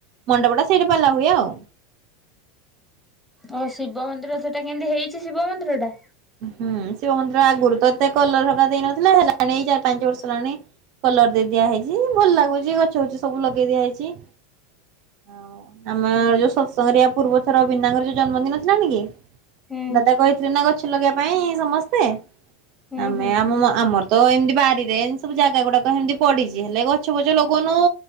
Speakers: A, on the right (about 50°); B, in the centre.
A: ମଣ୍ଡପଟା ସେଇଠେ ପାଲା ହୁଏ ଆଉ।
B: ଓ ଶିବ ମନ୍ଦିର ସେଟା କେନ୍ତି ହେଇଛି ଶିବ ମନ୍ଦିର ଟା?
A: ହୁଁ ଶିବ ମନ୍ଦିର ଆଗୁରୁ ତ ଏତେ କଲର ହରକା ଦେଇନଥିଲେ ହେଲାଣି ଏଇ ଚାର ପାଞ୍ଚ ବର୍ଷ ହେଲାଣି। କଲର ଦେଇ ଦିଆ ହେଇଛି ଭଲ ଲାଗୁଛି ଗଛ ବୁଛ ସବୁ ଲଗେଇ ଦିଆ ହେଇଛି। ଆଉ ଆମର ଯୋଉ ସତସଙ୍ଗରେ ୟା ପୂର୍ବ ଥର ଭିନ୍ନାଙ୍କର ଯୋଉ ଜନ୍ମଦିନ ଥିଲାନି କି।
B: ହୁଁ
A: ଦାଦା କହିଥିଲେ ନା ଗଛ ଲଗେଇବା ପାଇଁ ସମସ୍ତେ
B: ହୁଁ
A: ଆମେ
B: ହୁଁ
A: ଆମମ ଆମର। ତ ଏମତି ବାରିରେ ଏମତି ସବୁ ଜାଗା ଗୁଡାକ ହେମତି ପଡିଚି ହେଲେ ଗଛ ପଛ ଲଗଉନୁ।